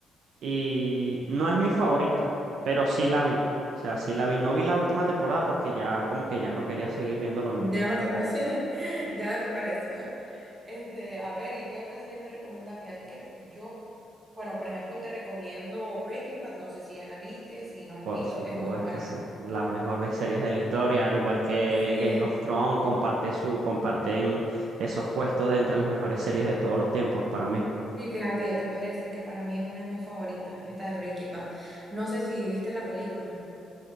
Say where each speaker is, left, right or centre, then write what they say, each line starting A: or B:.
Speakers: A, on the right; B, on the right.
A: y no es mi favorita, pero sí la vi. O sea, sí la vi. No vi la última temporada porque ya como que ya no quería seguir viendo lo mismo.
B: Ya no te parece, <laughs> ya no te pareció. Este, a ver, ¿y qué otra serie me recomendás? Fíjate que yo, bueno, por ejemplo, te recomiendo Breaking Bad, no sé si ya la viste, si no la
A: Por
B: has visto,
A: supuesto,
B: es muy buena.
A: sí. Las mejores series de la historia, al igual que
B: Sí,
A: Game of Thrones, comparte su, comparten esos puestos de entre las mejores series de todos los tiempos para mí.
B: Sí, fíjate, yo te podría decir que para mí es una de mis favoritas, esta de Breaking Bad. No sé si viste la película,